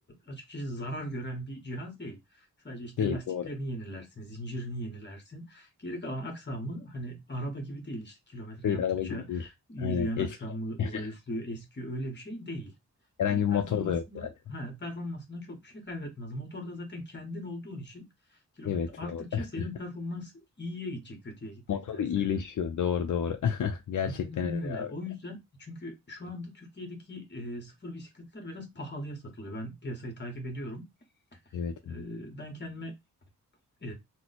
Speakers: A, on the left (about 35°); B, on the left (about 70°).
A: açıkçası zarar gören bir cihaz değil. Sadece işte
B: Değil
A: lastiklerini
B: doğru.
A: yenilersin, zincirini yenilersin. Geri kalan aksamı hani araba gibi değil işte kilometre
B: Değil
A: yaptıkça
B: araba gibi değil.
A: yürüyen
B: Aynen eski.
A: aksamı
B: <laughs>
A: zayıflıyor, eskiyor öyle bir şey değil.
B: Herhangi
A: Yani
B: bir
A: performansından
B: motor da yok zaten.
A: ha, performansından çok bir şey kaybetmez. Motorda zaten kendin olduğun için kilometre
B: Evet
A: arttıkça
B: doğru. <laughs>
A: senin performans iyiye gidecek kötüye gitmektense.
B: Motoru iyileşiyor. Doğru doğru. <laughs> Gerçekten
A: Aynen
B: öyle
A: öyle.
B: abi.
A: O yüzden çünkü şu anda Türkiye'deki e, sıfır bisikletler biraz pahalıya satılıyor. Ben piyasayı takip ediyorum.
B: Evet.
A: E, ben kendime e,